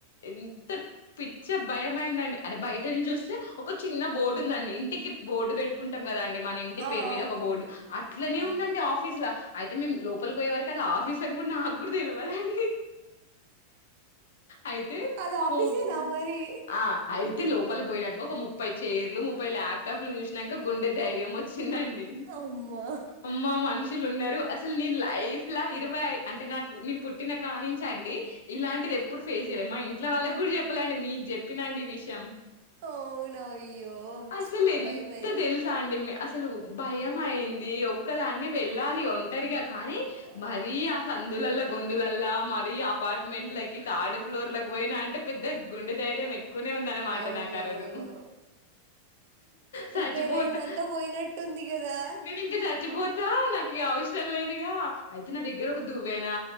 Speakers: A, on the left; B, on the right.
A: ఎంత పిచ్చే భయం అయిందండి అదే బయట నుంచి వస్తే ఒక చిన్న బోర్డు ఉందండి ఇంటికి బోర్డు పెట్టుకుంటాం కదా అండి మన ఇంటి
B: ఆ
A: పేరు మీద
B: అవునవును
A: ఒక బోర్డు అట్లనే
B: ఆ
A: ఉందండి ఆఫీస్ ల అయితే మేము లోపలికి పోయేవారు కదా ఆఫీస్ అని కూడా నాకు కూడా తెలివదండి అయితే
B: అది ఆఫీసేనా
A: పోగ్
B: మరి
A: ఆ అయితే లోపల పోయినంక ఒక ముప్ప్ ముప్పైచైర్లు ముప్పై ల్యాప్టాప్లు చూసినాక గుండెధైర్యం వచ్చి వచ్చిందండి
B: అమ్మా
A: అమ్మా మనుషులు ఉన్నారు అస్ అసలు నీ లైఫ్ లా ఇరవై అంటే నాకు నే పుట్టిన కానించండి ఇలాంటిది ఎప్పుడు ఫేస్ మా ఇంట్లో వాళ్ళకి కూడా చెప్పలేఅండి మీకు చెప్పినాండి ఈ విషయం
B: అవునాయ్యో
A: అసలు ఎంత
B: భయంమైంద
A: తెలుసా అండి అసలు భయం అయింది ఒక్కదాన్ని వెళ్ళాలి ఒంటరిగా కానీ
B: ఆ
A: మరీ అసలు సందులల గొందులలా మరి అపార్ట్మెంట్లకి తాడు ఫ్లోర్ల కి పోయినా అంటే పెద్ద గుండె ధైర్యం ఎక్కువనే ఉంద అనమాట
B: అవునవును
A: నాకు అ రోజు చచ్చిపోతా
B: ప్రిపేర్ అయిందంతా పోయినట్టుంది కదా
A: నేను ఇంకా చచ్చిపోతా నాకీ అవసరం లేదుగా అయితే నా దగ్గర ఒక దువ్వేనా